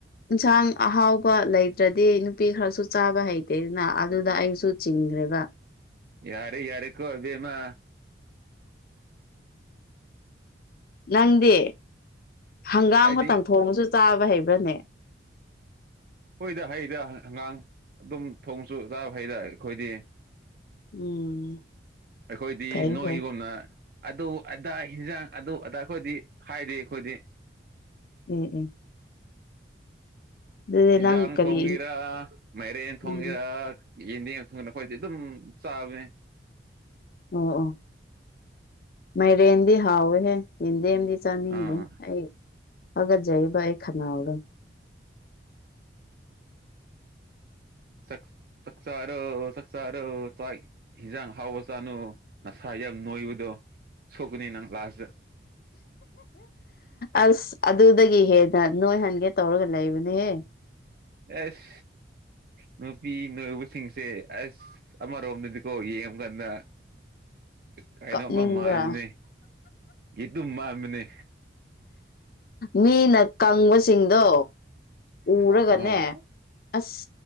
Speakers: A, on the left (about 50°); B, on the right (about 50°).
A: ꯏꯟꯁꯥꯡ ꯑꯍꯥꯎꯕ ꯂꯩꯇ꯭ꯔꯗꯤ ꯅꯨꯄꯤ ꯈꯔꯁꯨ ꯆꯥꯕ ꯍꯩꯇꯦꯗꯅ ꯑꯗꯨꯗ ꯑꯩꯁꯨ ꯆꯤꯡꯈ꯭ꯔꯦꯕ
B: ꯌꯥꯔꯦ ꯌꯥꯔꯦꯀꯣ ꯑꯗꯨꯕꯦꯝꯃ
A: ꯅꯪꯗꯤ ꯍꯪꯒꯥꯝ
B: ꯑꯩꯗꯤ
A: ꯈꯛꯇꯪ ꯊꯣꯡꯉꯁꯨ ꯆꯥꯕ ꯍꯩꯕ ꯎꯅꯦ
B: ꯍꯨꯏꯗ ꯍꯩꯗ ꯑꯪꯒꯥꯥꯡ ꯑꯗꯨꯝ ꯊꯣꯡꯁꯨ ꯆꯥꯕ ꯍꯩꯗ ꯑꯩꯈꯣꯏꯗꯤ
A: ꯎꯝ
B: ꯑꯩꯈꯣꯏꯗꯤ
A: ꯐꯩ
B: ꯅꯣꯏꯒꯨꯝꯅ
A: ꯐꯩ
B: ꯑꯗꯨ ꯑꯗꯥ ꯌꯦꯟꯖꯥꯡ ꯑꯗꯨ ꯑ ꯑꯩꯈꯣꯏꯗꯤ ꯍꯥꯏꯗꯤ ꯑꯩꯈꯣꯏꯗꯤ
A: ꯎꯝ ꯎꯝ ꯑꯗꯨꯗꯤ
B: ꯍꯤꯟꯖꯥꯡ
A: ꯅꯪ ꯀꯔꯤ
B: ꯊꯣꯡꯒꯦꯔ ꯃꯥꯏꯔꯦꯟ ꯊꯣꯡꯒꯦꯔ
A: ꯎꯝ
B: ꯌꯦꯟꯗꯦꯝ ꯊꯨꯡꯅ ꯑꯩꯈꯣꯏꯗꯤ ꯑꯗꯨꯝ ꯆꯥꯕꯃꯦ
A: ꯑꯣ ꯑꯣ ꯃꯔ ꯏꯗꯤ ꯍꯥꯥꯎꯋꯍꯦ ꯏ ꯂꯦꯝꯗꯤ ꯆꯥꯅꯤꯡꯗꯦ
B: ꯑꯥ
A: ꯑꯩ ꯐꯒꯠꯆꯕ ꯑꯩ ꯈꯅꯥꯎꯗꯣ <inaudible>
B: ꯆ ꯆꯆꯥꯔ ꯆꯆꯥꯔ ꯆ ꯍꯖꯥꯡ ꯍꯥꯎ ꯆꯥꯅ ꯅꯆꯥꯥꯏꯔ ꯑꯩ ꯌꯥꯝ ꯅꯣꯏꯕꯨꯗꯣ ꯁꯣꯛꯀꯅꯤ ꯅꯪ ꯂꯥꯁꯇ
A: ꯑꯁ ꯑꯗꯨꯗꯒꯤ ꯍꯦꯟꯅ ꯅꯣꯏꯍꯟꯒꯦ ꯇꯧꯔꯒ ꯂꯩꯕꯅꯦꯍꯦ
B: ꯑꯦꯁ
A: <inaudible>
B: ꯅꯨꯄꯤ ꯅꯣꯏꯕꯁꯤꯡꯁꯦ ꯑꯁ ꯑꯃꯔꯣꯝꯗꯗꯤꯀꯣ ꯌꯦꯡ ꯀꯥꯟꯗ ꯀꯩꯅꯣꯝꯃ
A: ꯀꯞꯅꯤꯡꯕ꯭ꯔꯥ
B: ꯃꯕꯅꯤ ꯌꯦꯠꯇ ꯃꯕꯅꯤ
A: ꯃꯤꯅ ꯀꯪꯕꯁꯤꯡꯗꯣ
B: ꯑꯣ
A: ꯎꯔꯒꯅꯦ ꯑꯁ